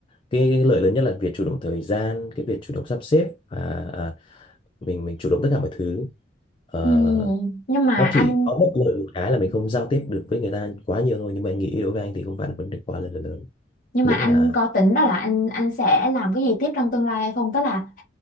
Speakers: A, on the left; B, on the left.
A: cái, cái lợi lớn nhất là việc chủ động thời gian cái việc chủ động sắp xếp và à, mình mình chủ động tất cả mọi thứ Ờ,
B: Ừ, nhưng mà
A: nó
B: anh
A: chỉ có bất lợi một cái là mình không giao tiếp được với người ta quá nhiều thôi nhưng mà anh nghĩ đối với anh thì không phải là vấn đề quá là lớn
B: nhưng
A: miễn
B: mà anh
A: là
B: có tính đó là anh anh sẽ làm cái gì tiếp trong tương lai hay không tức là <laughs>